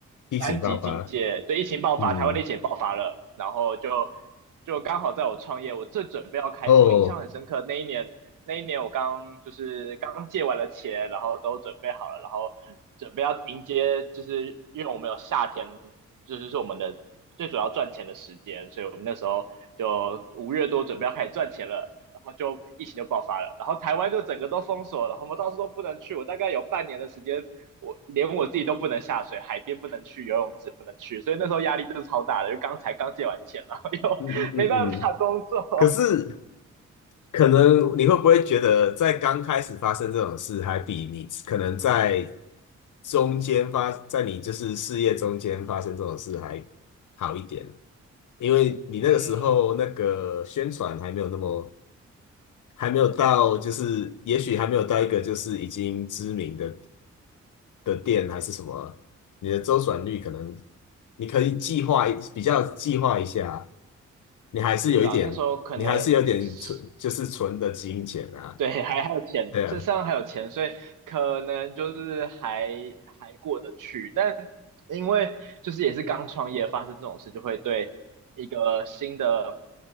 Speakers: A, on the left; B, on the right.
A: 疫情爆发，
B: 三级警戒，对，疫情爆发，
A: 嗯，
B: 台湾的疫情也爆发了，然后就就刚好在我创业，我正准备要开始，
A: 哦。
B: 我印象很深刻，那一年那一年我刚就是刚借完了钱，然后都准备好了，然后准备要迎接，就是因为我们有夏天，就是是我们的最主要赚钱的时间，所以我们那时候就五月多准备要开始赚钱了，然后就疫情就爆发了，然后台湾就整个都封锁了，然后我们到处都不能去，我大概有半年的时间，我连我自己都不能下水，海边不能去，游泳池不能去，所以那时候压力就是超大的，就刚才刚借完钱，然后又
A: 嗯嗯嗯嗯，
B: <laughs> 没办法工作，
A: 可是可能你会不会觉得，在刚开始发生这种事，还比你可能在中间发，在你就是事业中间发生这种事还好一点？因为你那个时候那个宣传还没有那么，
B: 嗯。
A: 还没有到，就是也许还没有到一个就是已经知名的的店还是什么，你的周转率可能你可以计划一比较计划一下，你还是有一点，
B: 是啦，那时候可能是
A: 你还是有点存，就是存的金钱啊，
B: 对，还还有钱，
A: 对啊，
B: 身上还有钱，所以可能就是还还过得去。但因为就是也是刚创业，发生这种事，就会对一个新的